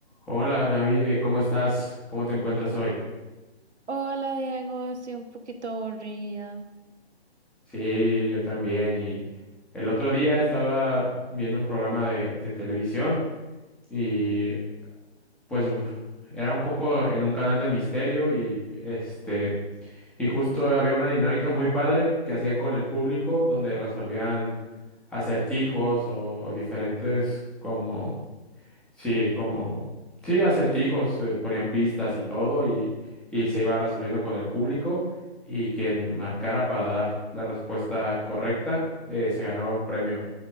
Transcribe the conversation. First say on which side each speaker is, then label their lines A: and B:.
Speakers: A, in the centre; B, on the right (about 85°).
A: Hola, Navire, ¿cómo estás? ¿Cómo te encuentras hoy?
B: Hola Diego, estoy un poquito aburrida.
A: Sí, yo también. Y el otro día estaba viendo un programa de, de televisión y pues era un poco en un canal de misterio y este y justo había una dinámica muy padre que hacían con el público donde resolvían acertijos o diferentes como Sí, como, sí, acertijos, eh, ponían pistas y todo, y, y se iba resolviendo con el público, y quien marcara para dar la respuesta correcta, eh, se ganaba un premio.